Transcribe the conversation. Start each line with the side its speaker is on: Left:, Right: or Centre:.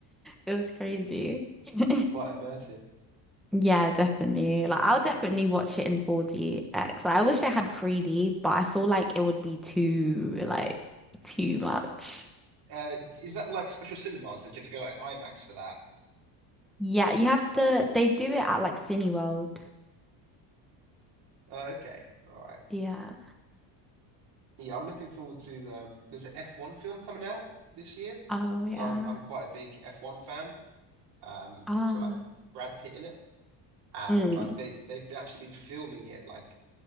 Centre: It was crazy. <laughs>
Right: Quite immersive.
Centre: Yeah, definitely. Like I'll definitely watch it in 4 D X. Like, I wish I had 3D, but I feel like it would be too like too much.
Right: Uh, is that like special cinemas? Then do you have to go like IMAX for that?
Centre: Yeah, you have to. They do it at like Cineworld.
Right: Oh, okay, all right.
Centre: Yeah.
Right: Yeah, I'm looking forward to. Um, there's an F1 film coming out this year,
Centre: Oh yeah.
Right: and I'm I'm quite a big F1 fan. Um,
Centre: Ah.
Right: it's got like Brad Pitt in it. and
Centre: Mm.
Right: like they they've been- actually been filming it like